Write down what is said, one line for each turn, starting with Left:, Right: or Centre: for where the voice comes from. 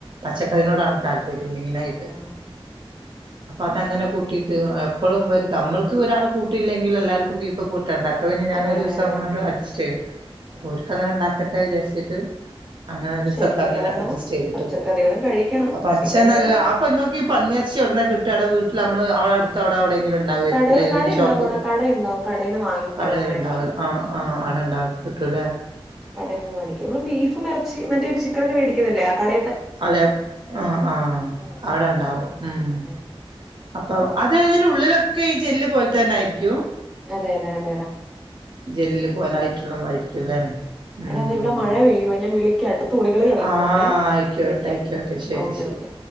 Right: പച്ചക്കറനോടാണ്
Centre: ആഹ്
Right: താല്പര്യം മെയിനായിട്ട്
Centre: ആഹ്
Right: അപ്പൊ അതങ്ങനെ കൂ ട്ട് എപ്പളും നമ്മൾക്ക് ഒരാൾ കൂട്ടിയില്ലെങ്കിൽ എല്ലാര്ക്കും ബീഫ് കൊ ട്ട്ണ്ട് അപ്പ പിന്നെ ഞാൻ
Centre: അതെ
Right: ഒരുസം
Centre: അതെ അതെ അതെ
Right: കൊണ്ട് അഡ്ജസ്റ്റ് ചെയ്ത്
Centre: അതെ
Right: ഓര്ക്ക് അങ്ങനെ ഇണ്ടാക്കട്ടെ വിചാര്ച്ചിട്ട് അങ്ങനെ ഒരുസൊക്കെ
Centre: ശരിക്കും
Right: അങ്ങനെ
Centre: പറഞ്ഞാ
Right: അഡ്ജസ്റ്റ് ചെയ്തിട്ട്
Centre: പച്ചക്കറികളും
Right: പോകും
Centre: കഴിക്കണം
Right: അപ്പ അച്ഛൻ
Centre: ഇവിടെ ഞാൻ
Right: അല്ല അപ്പ ഇങ്ങക്ക് ഈ പന്നി അ ച്ചി ഒട്ന്നാ കിട്ടാ അയുടെ വീട്ടിൽ അമ്മള് അ ഇങ്ങളെ അട്ത്ത് അയുടെ അയുടെങ്കിലും ഇണ്ടാവായിരിക്കും
Centre: കട
Right: ഇതിന്റെ
Centre: കട ഉണ്ടാവും
Right: ഷോപ്പ്
Centre: ഇവിടെ കട ഉണ്ടാവും കടയിൽന്ന് വാങ്ങിക്കും
Right: കടേൽ
Centre: അങ്ങനെയൊക്കെ
Right: ഇണ്ടാവും ആ ആ അടെണ്ടാവും കിട്ടൂലേ
Centre: കട പോയി വാങ്ങിക്കാം നമ്മൾ ബീഫും എറച്ചി മറ്റേ ചിക്കൻ ഒക്കെ മേടിക്കുന്നില്ലേ കട
Right: അതെ പ്പ് ആ ആ
Centre: അങ്ങനെയൊക്കെ
Right: അവ്ടെ ഇണ്ടാവും ഉം
Centre: അതെതെ
Right: ട്ടോ അത് അതിന്റെ ഉള്ളിലൊക്കെ ഈ ജെല് പോല് തെന്നായിരിക്കും.
Centre: അതെ അതെ അതെടാ
Right: ജെല്ല് പോലായിട്ടുള്ള മായിരിക്കു
Centre: ഉം
Right: ലെ ഉം
Centre: എടാ
Right: ഉം
Centre: ഇവിടെ മഴ പെയ്യുവാ ഞാൻ വിളിക്കാട്ടോ തുണികള് കിടക്കുവാണേ
Right: ആഹ് അയ്ക്കോട്ടെ
Centre: വിളിക്കാം
Right: അയ്ക്കോട്ടെ ശെരി
Centre: ഓക്കെ
Right: ശെരി
Centre: ഓക്കെ